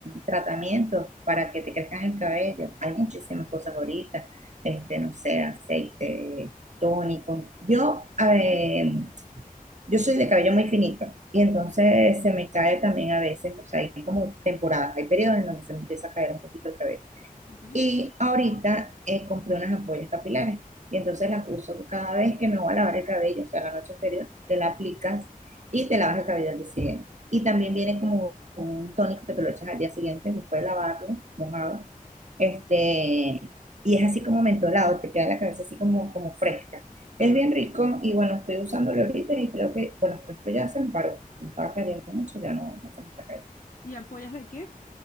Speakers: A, on the right (about 55°); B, on the left (about 65°).
A: tratamientos para que te crezcan el cabello. Hay muchísimas cosas ahorita, este, no sé, aceite, tónico. Yo, a ver, yo soy de cabello muy finito y entonces se me cae también a veces, o sea, hay como temporadas, hay periodos en donde se me empieza a caer un poquito el cabello.
B: ¿Ok?
A: Y ahorita eh, compré unas ampollas capilares y entonces las uso cada vez que me voy a lavar el cabello, o sea, la noche anterior, te la aplicas y te lavas el cabello al día siguiente. Y también viene como un tónico que te lo echas al día siguiente después de lavarlo, mojado. Este, y es así como mentolado, te queda la cabeza así como, como fresca.
B: Ahora,
A: Es bien rico y bueno, estoy usándolo ahorita y creo que, bueno, pero esto ya se me paró, me estaba cayendo mucho, ya no, no se me está cayendo.
B: ¿Y apoyas de qué?